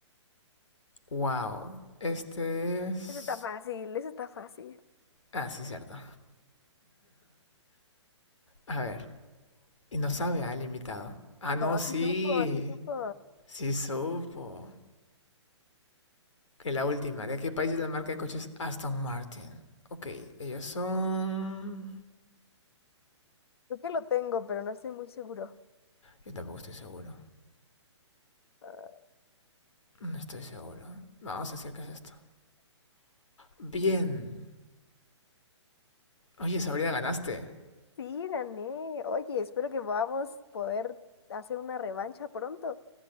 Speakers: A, on the left; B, on the left.
A: Wow. Este es...
B: Eso está fácil, eso está fácil.
A: Ah, sí, cierto. A ver. Y no sabe al invitado. Ah, no,
B: No,
A: sí.
B: sí supo, sí supo.
A: Sí supo. Que la última. ¿De qué país es la marca de coches Aston Martin? Ok, ellos son...
B: Creo que lo tengo, pero no estoy muy seguro.
A: Yo tampoco estoy seguro.
B: Ah,
A: No estoy seguro. Vamos a decir que es esto. Bien. Oye, Sabrina, ganaste.
B: Sí, gané. Oye, espero que podamos poder hacer una revancha pronto.